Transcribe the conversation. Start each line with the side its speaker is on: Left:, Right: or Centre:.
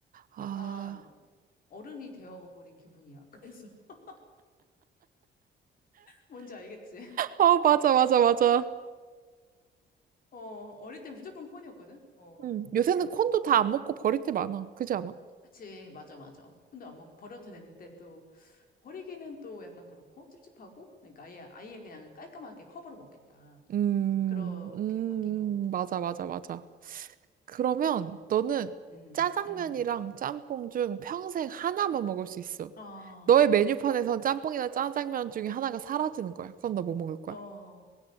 Right: 아,
Left: 약간 어른이 되어버린 기분이야. 그래서 <laughs> 뭔지 알겠지? <laughs>
Right: 어, 맞아, 맞아, 맞아.
Left: 어, 어릴 땐 무조건 콘이었거든? 어,
Right: 음 요새는
Left: 근데
Right: 콘도
Left: 이제-
Right: 다 안 먹고 버릴 때 많아. 그지 않아?
Left: 그치, 맞아, 맞아. 콘도 안 먹고 버려도 되는데 또 버리기는 또 약간 그렇고 찝찝하고 그러니까 아예, 아예 그냥 깔끔하게 컵으로 먹겠다.
Right: 음,
Left: 그렇게
Right: 음,
Left: 바뀐 것 같아.
Right: 맞아, 맞아, 맞아. 그러면 너는
Left: 음,
Right: 짜장면이랑
Left: 음.
Right: 짬뽕 중 평생 하나만 먹을 수 있어.
Left: 아,
Right: 너의 메뉴판에선 짬뽕이나 짜장면 중에 하나가 사라지는 거야. 그건 너 뭐 먹을 거야?
Left: 어.